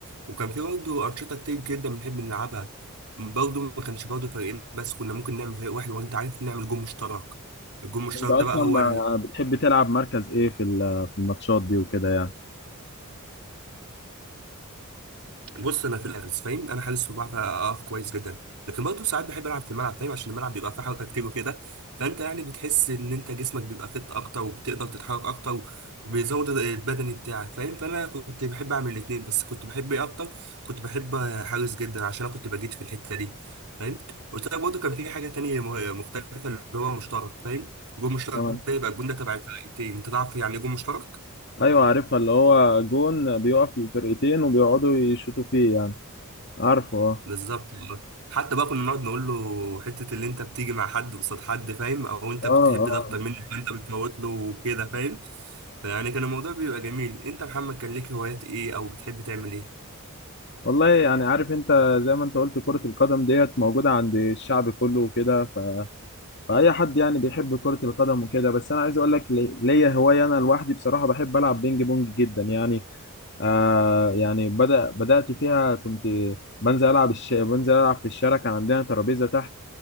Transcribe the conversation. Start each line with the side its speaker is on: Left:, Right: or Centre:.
Right: وكان في برضه أنشطة كتير جدا بنحب نلعبها برضه ما كانش برضه فريقين بس كنا ممكن نعمل فريق واحد وأنت عارف نعمل جون مشترك الجون المشترك
Left: انت اصلا
Right: ده بقى هو
Left: ما بتحب تلعب مركز ايه في ال- في الماتشات دي وكده يعني
Right: بص انا في الحارس فاهم انا حارس وبعرف اقف كويس جدا لكن برضه ساعات بحب العب في الملعب فاهم عشان الملعب بيبقى فيه حركه كتير وكده فانت يعني بتحس ان انت جسمك بيبقى فت اكتر وبتقدر تتحرك اكتر وبيزود البدني بتاعك فاهم فانا كنت بحب اعمل الاثنين بس كنت بحب ايه اكتر كنت بحب حارس جدا عشان انا كنت بجيد في الحته دي فاهم قلت لك برضه كان في حاجه تانية م- مختلفه اللي هو مشترك فاهم جول مشترك
Left: اه
Right: ده يبقى الجول ده تبع الفرقتين انت تعرف يعني ايه جول مشترك
Left: ايوه عارفها اللي هو جون بيقف للفرقتين وبيقعدوا يشوطوا فيه يعني عارفه اه
Right: بالظبط والله. حتى بقى كنا نقعد نقول له حتة اللي انت بتيجي مع حد قصاد حد فاهم او انت
Left: اه
Right: بتحب
Left: اه
Right: ده اكتر مني فانت بتفوت له وكده فاهم يعني كان الموضوع بيبقى جميل انت يا محمد كان ليك هوايات ايه او بتحب تعمل ايه
Left: والله يعني عارف انت زي ما انت قلت كرة القدم ديت موجودة عند الشعب كله وكده ف... فأي حد يعني بيحب كرة القدم وكده بس أنا عايز أقول لك لي- ليا هواية أنا لوحدي بصراحة بحب ألعب بينج بونج جدا يعني آه يعني بدأ بدأت فيها كنت بنزل ألعب الش... بنزل ألعب في الشارع كان عندنا ترابيزة تحت